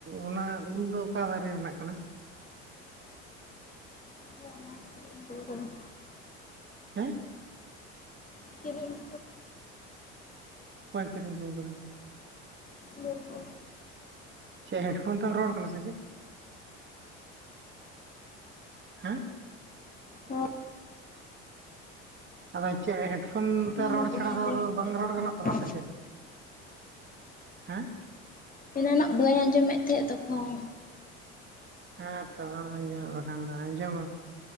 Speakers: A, on the right; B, on the left.
A: ᱚᱱᱟ ᱩᱞ ᱫᱚ ᱚᱠᱟ ᱫᱟᱨᱮ ᱨᱮᱱᱟᱜ ᱠᱟᱱᱟ
B: ᱢ ᱟ ᱱᱟᱠ ᱨᱮ ᱫᱚᱜ <unintelligible>
A: ᱦᱮᱸ
B: ᱠᱤᱨᱤᱧ
A: ᱚᱠᱚᱭ ᱠᱤᱨᱤᱧ ᱟᱜᱩ ᱟᱠᱟᱫᱟᱭ ᱾
B: ᱜᱚᱜᱚ
A: ᱪᱮ ᱦᱮᱰᱯᱷᱳᱱ ᱛᱮᱢ ᱨᱚᱲ ᱠᱟᱱᱟ ᱥᱮ ᱪᱮᱫ ᱾ ᱦᱮᱸ
B: ᱦᱚᱸ
A: ᱟᱫᱚ ᱪᱮ ᱦᱮᱰ ᱯᱷᱳᱱ ᱛᱮ
B: ᱚᱱᱟ
A: ᱨᱚᱲ
B: ᱫᱚ ᱵᱟᱹᱧ
A: ᱪᱷᱟᱲᱟ
B: ᱟᱸᱡᱚᱢᱮᱫ
A: ᱟᱫᱚ ᱾ ᱵᱟᱝ
B: ᱛᱟᱦᱮᱸᱫ
A: ᱨᱚᱲ
B: ᱛᱚᱠᱷᱚᱱ
A: ᱜᱟᱱᱚᱜ ᱛᱟᱢᱟ
B: ᱫᱚ,
A: ᱥᱮ ᱪᱮᱫ ᱦᱮᱸ
B: ᱮᱱᱟᱱᱚᱜ ᱵᱟᱹᱧ ᱟᱸᱡᱚᱢᱮᱫ ᱛᱟᱦᱮᱸᱫ ᱛᱚᱠᱷᱚᱱ ᱾
A: ᱦᱮᱸ ᱛᱚ ᱵᱟᱝ ᱟᱡᱚᱢ ᱵᱟᱠᱷᱟᱱ ᱫᱚ ᱟᱸᱡᱚᱢ